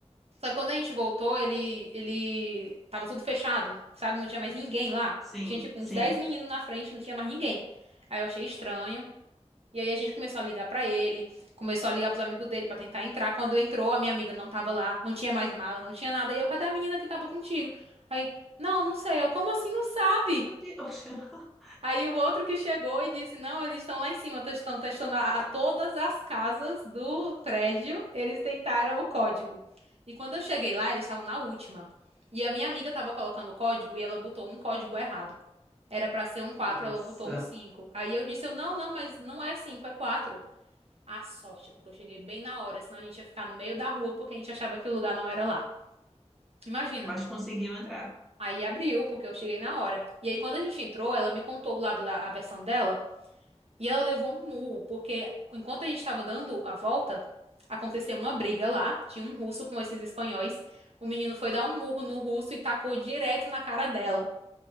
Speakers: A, on the right; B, in the centre.
A: Só que quando a gente voltou, ele ele tava tudo fechado, sabe? Não tinha mais ninguém lá.
B: Sim,
A: Tinha tipo
B: sim.
A: uns 10 meninos na frente, não tinha mais ninguém. Aí eu achei estranho. E aí a gente começou a ligar pra ele, começou a ligar pros amigos dele pra tentar entrar. Quando entrou, a minha amiga não tava lá, não tinha mais mala, não tinha nada. E eu, cadê a menina que tava contigo? Aí, não, não sei. Eu, como assim não sabe?
B: Meu Deus. <laughs>
A: Aí o outro que chegou e disse: Não, eles estão lá em cima, tão- estão testando a- a- todas as casas do prédio. Eles tentaram o código. E quando eu cheguei lá, eles estavam na última. E a minha amiga estava colocando o código e ela botou um código errado. Era pra ser um quatro
B: Nossa.
A: ela botou um cinco Aí eu disse: eu, Não, não, mas não é 5 é quatro A sorte, porque eu cheguei bem na hora, senão a gente ia ficar no meio da rua porque a gente achava que o lugar não era lá. Imagina.
B: Mas conseguiu entrar.
A: Aí abriu, porque eu cheguei na hora. E aí, quando a gente entrou, ela me contou o lado da a versão dela. E ela levou um murro, porque enquanto a gente estava dando a volta, aconteceu uma briga lá, tinha um russo com esses espanhóis. O menino foi dar um murro no russo e tacou direto na cara dela.